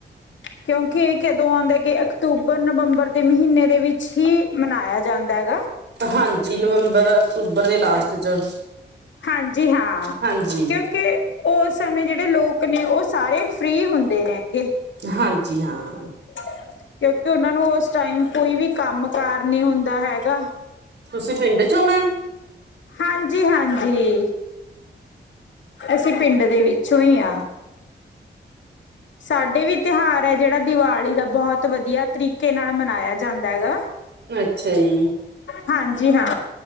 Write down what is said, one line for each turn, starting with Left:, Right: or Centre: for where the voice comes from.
Left: ਕਿਉਂਕਿ ਏ ਕਦੋਂ ਆਂਦਾ ਕਿ ਅਕਤੂਬਰ -ਨਵੰਬਰ ਦੇ ਮਹੀਨੇ ਦੇ ਵਿੱਚ ਹੀ ਮਨਾਇਆ ਜਾਂਦਾ ਹੈਗਾ।
Right: ਹਾਂਜੀ ਨਵੰਬਰ, ਅਕਤੂਬਰ ਦੇ ਲਾਸਟ ਚ।
Left: ਹਾਂਜੀ ਹਾਂ।
Right: ਹਾਂਜੀ
Left: ਕਿਉਂਕਿ ਉਸ ਸਮੇਂ ਜਿਹੜੇ ਲੋਕ ਨੇ, ਉਹ ਸਾਰੇ ਫ੍ਰਰੀ ਹੁੰਦੇ ਰਹੇਗੇ।
Right: ਹਾਂਜੀ ਹਾਂ।
Left: ਕਿਉਂਕਿ ਉਹਨਾ ਨੂੰ ਉਸ ਟਾਈਮ ਕੋਈ ਵੀ ਕੰਮ ਕਾਰ ਨੀ ਹੁੰਦਾ ਹੈਗਾ।
Right: ਤੁਸੀਂ ਪਿੰਡ ਚ ਹੋ ਮੈਮ।
Left: ਹਾਂਜੀ-ਹਾਂਜੀ ਅਸੀਂ ਪਿੰਡ ਦੇ ਵਿੱਚੋਂ ਹੀ ਹਾਂ। ਸਾਡੇ ਵੀ ਤਿਉਹਾਰ ਹੈ ਜਿਹੜਾ ਦੀਵਾਲੀ ਦਾ ਬਹੁਤ ਵਧੀਆ ਤਰੀਕੇ ਨਾਲ ਮਨਾਇਆ ਜਾਂਦਾ ਹੈਗਾ।
Right: ਅੱਛਾ ਜੀ
Left: ਹਾਂਜੀ ਹਾਂ